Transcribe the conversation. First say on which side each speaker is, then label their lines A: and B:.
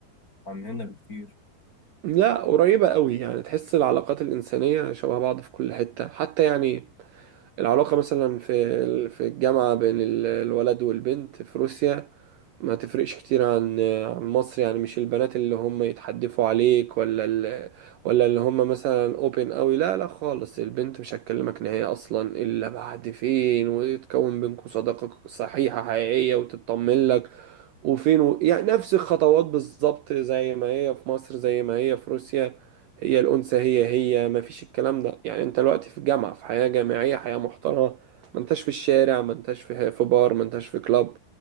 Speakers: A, on the left (about 25°); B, on the right (about 70°).
A: عن هنا بكتير
B: لا قريبة قوي يعني تحس العلاقات الإنسانية شبه بعض في كل حتة حتى يعني العلاقة مثلا في في الجامعة بين ال- الولد والبنت في روسيا ما تفرقش كتير عن عن مصر يعني مش البنات اللي هم يتحدفوا عليك ولا ال... ولا اللي هم مثلا اوبن قوي لا لا خالص البنت مش هتكلمك نهائي اصلا الا بعد فين ويتكون بينكم صداقة صحيحة حقيقية وتطمن لك وفين و... يعني نفس الخطوات بالظبط زي ما هي في مصر زي ما هي في روسيا هي الأنثى هي هي ما فيش الكلام ده يعني انت دلوقتي في جامعة في حياة جامعية حياة محترمة ما انتش في الشارع ما انتش في في بار ما انتش في كلاب